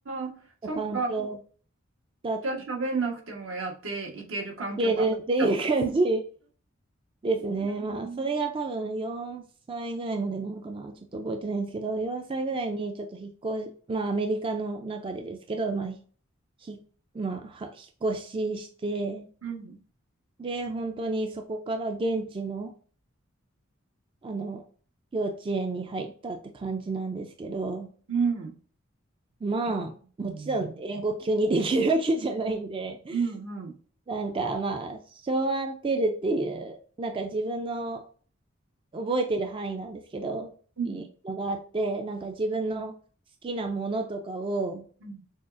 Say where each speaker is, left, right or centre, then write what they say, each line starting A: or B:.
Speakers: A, on the right; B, on the right.
A: ー、そっか。
B: の環境が
A: じゃあ喋んなくてもやっていける環境があっちゃった。
B: いけるっていう感じですね。
A: うん。
B: <laughs> まあ、それが多分4歳ぐらいまでなのかな。ちょっと覚えてないんですけど、4歳ぐらいにちょっと引っ越し、まあ、アメリカの中でですけど、まあ、ひ、まあ、は、引っ越しして、
A: うん。
B: で、本当にそこから現地の、あの、幼稚園に入ったって感じなんですけど、
A: うん。
B: まあ、
A: えうん。
B: もちろん英語急にできるわけじゃないんで、
A: うん。うん。
B: なんかまあ、ショーアンテルっていう、なんか自分の覚えてる範囲なんですけど、
A: うん。
B: いいのがあって、なんか自分の好きなものとかを
A: うん。